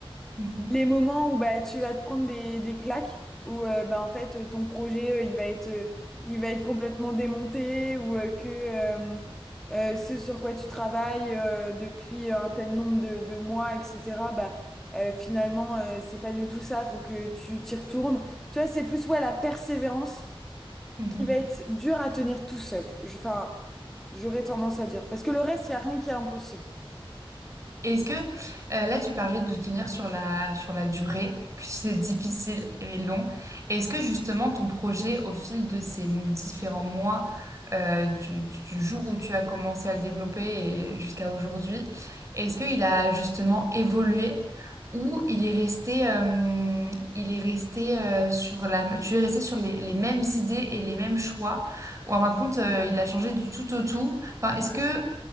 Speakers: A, on the right (about 30°); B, in the centre.
A: mhm,
B: les moments où bah tu vas te prendre des, des claques, où euh, bah en fait euh, ton projet euh, il va être euh, il va être complètement démonté, ou euh, que euh, euh, ce sur quoi tu travailles euh, depuis un tel nombre de, de mois, etc. Bah euh, finalement euh, c'est pas du tout ça, faut que tu t'y retournes. Tu vois, c'est plus ouais la persévérance
A: mhm.
B: qui va être dur à tenir tout seul. Je- Enfin, j'aurais tendance à dire. Parce que le reste, il n'y a rien qui est impossible.
A: Et Est-ce que euh, là tu parlais de tenir sur la sur la durée, que c'est difficile et long. Et Est-ce que justement ton projet au fil de ces m- différents mois euh, du, du jour où tu as commencé à le développer et jusqu'à aujourd'hui, est-ce qu'il a justement évolué ou il est resté euh, il est resté euh, sur la tu es resté sur les, les mêmes idées et les mêmes choix ou en fin de compte euh, il a changé du tout au tout? Enfin, est-ce que